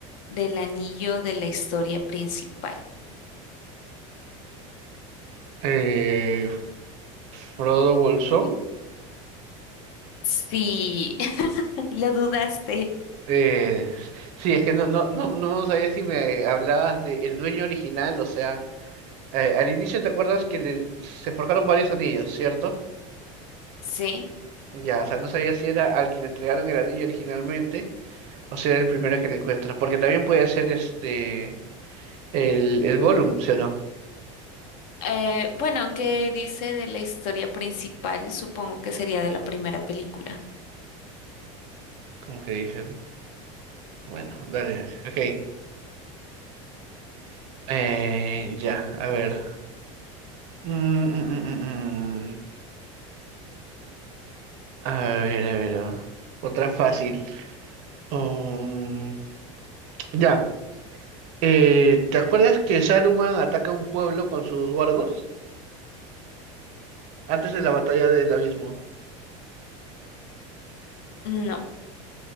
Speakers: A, on the left; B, on the right.
A: del anillo de la historia principal.
B: Eh, Frodo Bolsón.
A: Sí, <laughs> lo dudaste,
B: Eh, sí, es que no, no, no, no sabía si me hablabas de el dueño original, o sea, eh, al inicio te acuerdas que le, se forjaron varios anillos, ¿cierto?
A: sí.
B: Ya, o sea, no sabía si era al que le entregaron el anillo originalmente. O será el primero que le encuentra. Porque también puede ser este el, el Gollum, ¿sí o no?
A: Eh, bueno, aunque dice de la historia principal, supongo que sería de la primera película.
B: Como que dice. Bueno, dale, dale. Ok. Eh, ya, a ver. Mm, mm, mm, mm, mm. A ver, a ver. ah. Otra fácil. Um, ya. Eh, ¿te acuerdas que Saruman ataca un pueblo con sus wargos? Antes de la batalla del abismo.
A: No.